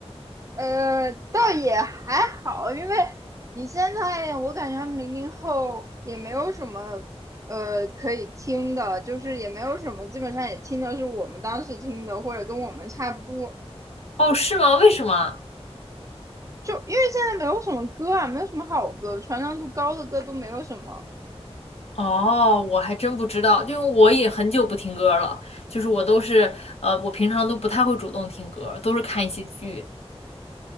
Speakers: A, on the right; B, on the left.
A: 呃，倒也还好，因为你现在我感觉他们零零后也没有什么呃可以听的，就是也没有什么，基本上也听的是我们当时听的，或者跟我们差不多。
B: 哦，是吗？为什么？
A: 就因为现在没有什么歌啊，没有什么好歌，传唱度高的歌都没有什么。
B: 哦，我还真不知道，因为我也很久不听歌了，就是我都是呃，我平常都不太会主动听歌，都是看一些剧。